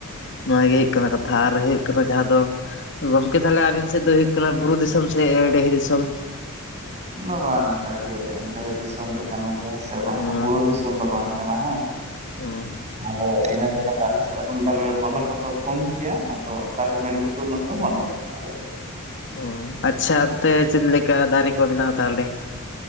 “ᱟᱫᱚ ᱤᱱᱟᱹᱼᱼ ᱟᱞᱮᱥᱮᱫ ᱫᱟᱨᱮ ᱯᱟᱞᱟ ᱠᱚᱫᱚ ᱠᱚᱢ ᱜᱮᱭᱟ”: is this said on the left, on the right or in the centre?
Right